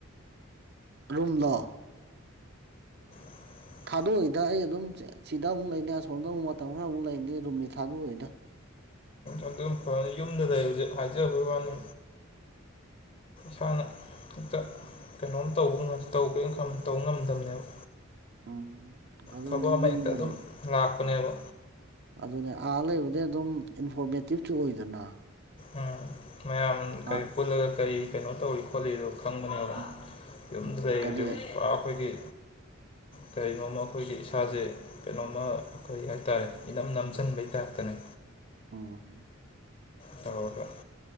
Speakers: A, on the right; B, on the left.
A: ꯔꯨꯝꯂꯣ
B: ꯎ
A: ꯊꯥꯗꯣꯛꯏꯗ ꯑꯩ ꯑꯗꯨꯝ ꯁꯤꯗ ꯑꯃꯨꯛ ꯂꯩꯅꯤ ꯑꯁꯣꯝꯗ ꯑꯃꯨꯛ ꯃꯇꯝ ꯈꯔ ꯑꯃꯨꯛ ꯂꯩꯅꯤ ꯔꯨꯝꯁ ꯊꯥꯗꯣꯛꯑꯣꯏꯗ
B: ꯑꯗꯨꯝ ꯐꯅꯤ ꯌꯨꯝꯗ ꯂꯩꯕꯁꯦ ꯍꯥꯏꯖꯕꯩ ꯋꯥꯅꯤ ꯁꯅꯠꯇ ꯀꯩꯅꯣꯝ ꯇꯧꯕ ꯇꯧꯒꯦꯅ ꯇꯧꯕ ꯉꯝꯗꯕꯅꯦꯕ
A: ꯎꯝ ꯑꯗꯨꯅꯦ
B: ꯊꯕꯛ ꯑꯃ
A: ꯌꯨꯝꯗ
B: ꯍꯦꯛꯇ ꯑꯗꯨꯝ
A: ꯂꯩ
B: ꯂꯥꯛꯄꯅꯦꯕ
A: ꯑꯗꯨꯅꯦ ꯑꯥ ꯂꯩꯕꯗꯤ ꯑꯗꯨꯝ ꯏꯟꯐꯣꯔꯃꯦꯇꯤꯞꯁꯨ ꯑꯣꯏꯗꯅ
B: ꯎꯝ ꯃꯌꯥꯝ ꯀꯔꯤ
A: ꯑ
B: ꯄꯨꯜꯂꯒ ꯀꯔꯤ ꯀꯩꯅꯣ ꯇꯧꯔꯤ ꯈꯣꯠꯂꯤꯗꯣ ꯈꯪꯕꯅꯦꯕ
A: ꯎꯝ
B: ꯌꯨꯝꯗ
A: ꯎꯝ
B: ꯂꯩꯔꯤꯁꯨ
A: ꯀꯔꯤ
B: ꯄꯨꯔꯥ ꯑꯩꯈꯣꯏꯒꯤ ꯀꯔꯤꯅꯣꯝꯃ ꯑꯩꯈꯣꯏꯒꯤ ꯏꯁꯥꯁꯦ ꯀꯩꯅꯣꯝꯃ ꯀꯔꯤ ꯍꯥꯏꯇꯥꯔꯦ ꯏꯅꯝ ꯅꯝꯁꯤꯟꯕꯩ ꯇꯥꯏꯞꯇꯅꯦ
A: ꯎꯝ
B: ꯇꯧꯔꯒ